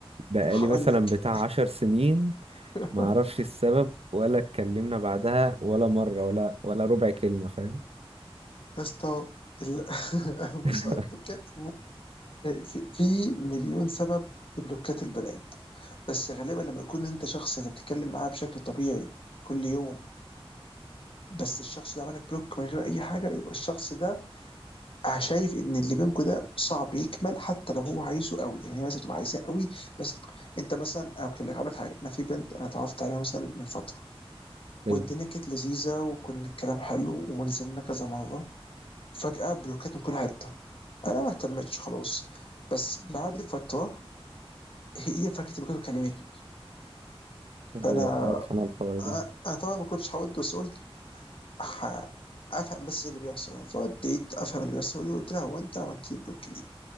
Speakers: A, on the right (about 75°); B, on the left (about 60°).
A: بقالي
B: هقول
A: مثلا
B: لك
A: بتاع عشر سنين
B: <laughs>
A: ما اعرفش السبب ولا اتكلمنا بعدها ولا مرة ولا ولا ربع كلمة فاهم
B: يا اسطى ال- <laughs> بص
A: <laughs>
B: على البلوكات في في مليون سبب لبلوكات البنات بس غالبا لما يكون انت شخص انت بتتكلم معاه بشكل طبيعي كل يوم بس الشخص ده عملك بلوك من غير اي حاجه يبقى الشخص ده شايف ان اللي بينكم ده صعب يكمل حتى لو هو عايزه قوي يعني هي مثلا تبقى عايزاه قوي بس انت مثلا او كده هقول لك حاجه انا في بنت انا اتعرفت عليها مثلا من فتره
A: ايوه
B: والدنيا كانت لذيذه وكنا الكلام حلو ونزلنا كذا مره فجاه بلوكات من كل حته انا ما اهتمتش خلاص بس بعد فتره هي فجاه بلوكات وكلمتني فانا
A: أيوة، عارف انا الحوار ده
B: أ- انا طبعا ما كنتش هود بس قلت ه- افهم بس ايه اللي بيحصل يعني فوديت افهم اللي بيحصل وقلت لها هو انت عملت لي بلوك ليه؟